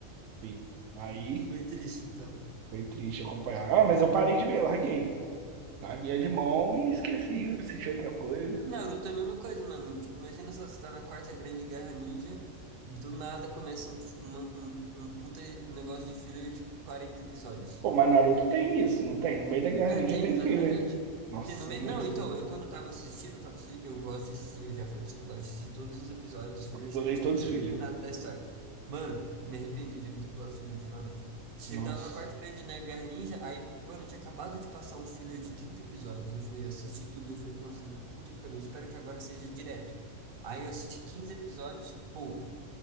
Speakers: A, on the right (about 75°); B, on the right (about 50°).
A: Fih. Aí
B: Foi triste, então.
A: foi triste acompanhar. Ah, mas eu parei de ver, larguei. Larguei de mão e esqueci, assisti outra coisa.
B: Naruto é a mesma coisa, mano. Tipo, imagina só, você tá na Quarta Grande Guerra Ninja, do nada começa um, f- um, um puta negócio de filler de 40 episódios.
A: Pô, mas Naruto tem isso, não tem? No meio da Guerra
B: É,
A: Ninja
B: tem,
A: tem
B: exatamente.
A: filler. Nossa,
B: Tem no meio.
A: muitos
B: Não, então,
A: não.
B: eu quando eu tava assistindo, eu, tava assi- eu gosto de assistir, eu já falei pra você, eu gosto de assistir todos os episódios dos fillers
A: Eu pulei
B: certinho
A: todos
B: pra não
A: os filler.
B: perder nada da história. Mano, me arrependo de não ter pulado os fillers de Naruto. Você
A: Nossa.
B: tava na quarta grande, né, Guerra Ninja, aí, mano, tinha acabado de passar um filler de 30 episódios. Eu falei, eu assisti tudo. Eu falei, nossa, mano, puta que pariu, eu espero que agora seja direto. Aí eu assisti 15 episódios, pô